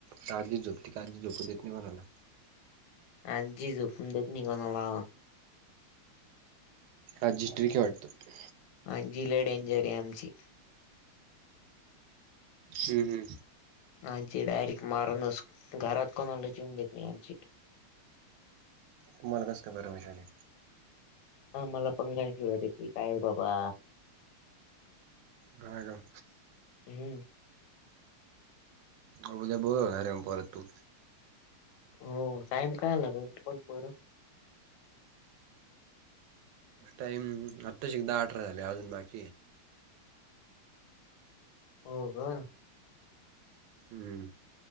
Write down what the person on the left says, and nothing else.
आणखी झोपू देत नाही कोणाला.
आजी लय डेंजर आहे आमची.
आजी डायरेक्ट मारण च घरात कोणालाच येऊ देत नाही आजी.
हा मला पण काळजी वाटायची काय बाबा.
हम्म.
हो टाइम काय झाला बग बरं.
हो का.